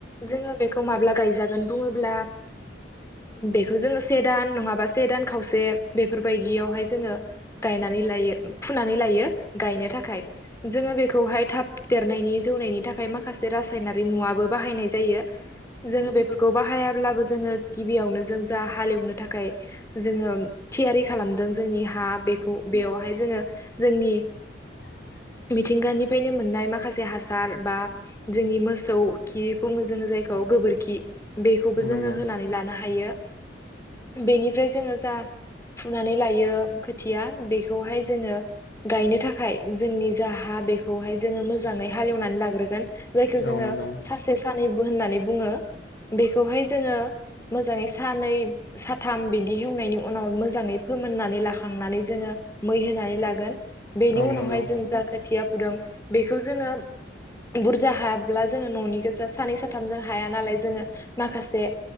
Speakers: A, on the left; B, on the left.
A: जोङो बेखौ माब्ला गायजागोन बुङोब्ला बेखौ जोङो से दान नङाबा से दान खावसे बेफोरबायदियावहाय जोङो गायनानै लायो फुनानै लायो गायनो थाखाय जोङो बेखौहाय थाब देरनाय नि जौनायनि थाखाय माखासे रासायनारि मुवाबो बाहायनाय जायो जोङो बेफोरखौ बाहायाब्लाबो जोङो गिबियावनो जों जा हालेवनो थाखाय जोङो थियारि खालामदों जोंनि हा बेखौ बेयावहाय जोङो जोंनि
B: <inaudible>
A: मिथिंगानिफ्रायनो मोननाय माखासे हासार बा जोंनि मोसौ खि बुङो जोङो जायखौ गोबोरखि बेखौबो
B: नंगौ
A: जोङो होनानै लानो हायो बेनिफ्राय जोङो जा फुनानै लायो खोथिया बेखौहाय जोङो गायनो थाखाय जोंनि जा हा बेखौहाय जोङो मोजाङै हालेवनानै लाग्रोगोन जायखौ जोङो
B: औ नंगौ
A: सासे सानैबो होननानै बुङो बेखौहाय जोङो मोजाङै सानै साथाम बिदि हेवनायनि उनाव मोजाङै फोमोननानै लाख खांनानै जोङो मै होनानै लागोन बेनि
B: औ
A: उनावहाय
B: नंगौ बुरजा
A: जों जा खोथिया फुदों बेखौ जोङो बुरजा हाब्ला जोङो ननि गोजा सानै साथामजों हाया नालाय जोङो माखासे